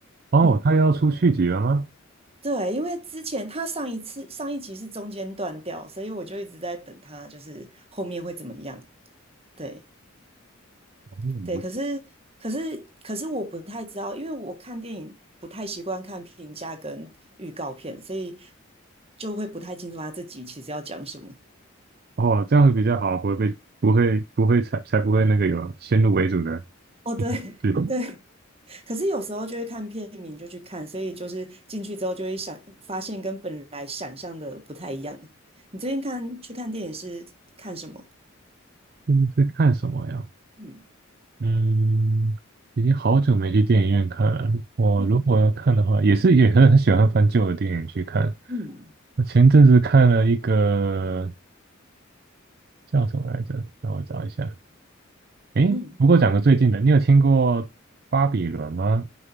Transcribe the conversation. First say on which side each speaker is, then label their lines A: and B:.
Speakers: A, on the right; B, on the right.
A: 哦，
B: 嗯。
A: 他要出续集了吗？
B: 对，因为之前他上一次上一集是中间断掉，所以我就一直在等他，就是后面会怎么样。对
A: 哦，
B: 对，
A: 我
B: 可是可是可是我不太知道，因为我看电影不太习惯看评价跟预告片，所以就会不太清楚他这集其实要讲什么。
A: 哦这样子比较好，不会被不会不会才才不会那个有先入为主的
B: 哦，对
A: 最
B: <laughs> 对，可是有时候就会看片名就去看，所以就是进去之后就会想发现跟本来想象的不太一样。你最近看去看电影是看什么？
A: 嗯是 <clears throat> 看什么呀？
B: 嗯
A: 嗯，已经好久没去电影院看了。我如果要看的话，
B: 嗯
A: 也是也很很喜欢翻旧的电影去看。
B: 嗯。
A: 我前阵子看了一个叫什么来着？让我找一下。诶，
B: 嗯，
A: 不过讲个最近的，你有听过《巴比伦》吗？